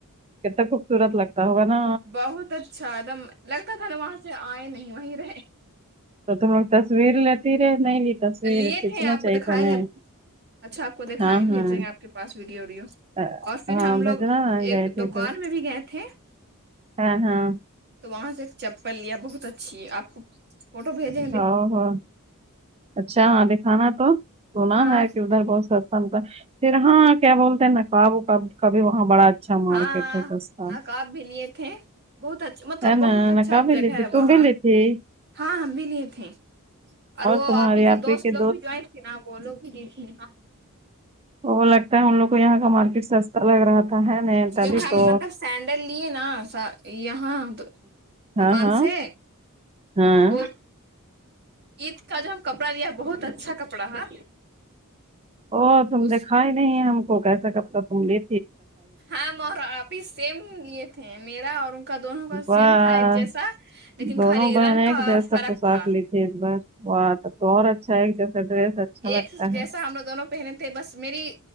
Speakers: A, on the right; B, on the right.
A: کتا خوبصورت لگتا ہوگا نا
B: بہت اچھا ایک دم لگتا تھا نا وہاں سے آئے نہیں وہیں رہے
A: تو تم لوگ تصویر لیتی رے نہیں لی تصویر
B: لیے
A: کھینچنا
B: تھے آپ
A: چاہیے
B: کو دکھائیں
A: تھا نا
B: گے اچھا آپ کو دکھائیں
A: ہاں
B: گے بھیجیں
A: ہاں
B: گے آپ کے پاس ویڈیو ویڈیو
A: آ،
B: اور پھر
A: ہاں
B: ہم لوگ
A: بھیجنا نا
B: ایک
A: گئے تھے
B: دکان
A: تو
B: میں بھی گئے تھے
A: ہاں ہاں
B: تو وہاں سے چپل لیا بہت اچھی ہے آپ کو فٹو بھیجے
A: ہاو ہؤ اچھا دکھانا تو سنا
B: ہاں
A: ہے کی ادھر بہت سستا ملتا ہے پھر ہاں کیا بولتے ہیں نقاب وکاب کبھی وہاں بڑا اچھا مارکیٹ
B: ہاں ہاں
A: ہے سستا
B: نقاب بھی لیے تھے بہت اچھا مطلب
A: ہے نا
B: بہت اچھا
A: نقاب بھی
B: جگہ
A: لی تھی
B: ہے
A: تم
B: وہاں
A: بھی لی تھی
B: ہاں ہم بھی لیے تھے اور وہ
A: تمہاری
B: آپی کی
A: آپ
B: دوست
A: ہی کے
B: لوگ بھی جو ائے تھے نا وہ لوگ بھی بھی لیتی
A: تو وہ لگتا ہے ان لگ کو یہاں کا مارکیٹ سستا لگ رہا تھا ہے نہیں تبھی
B: جو ہم
A: تو
B: مطلب سینڈل لیے نا یہاں تو
A: ہاں
B: دکان
A: ہاں
B: سے
A: ہاں
B: وہ عید کا جو ہم کپڑا لیا بہت اچھا کپڑا ہے
A: او تم
B: اس
A: دیکھا ہی نہیں ہم کو کیسا کپڑا تم لیے
B: ہم اور آپی سیم لیے تھے میرا اور ان کا دونوں کا
A: واہ
B: سیم تھا ایک جیسا لیکن
A: دونوں
B: خالی
A: بہنیں
B: رنگ کا
A: جیسا
B: فرق
A: پوشاک
B: تھا
A: لی ایک بار وہ آتا تو اور اچھا ایک جیسا ڈریس اچھا
B: ایک
A: لگتا
B: جیسا
A: ہے
B: ہم لوگ دونوں پہنے تھے بس میری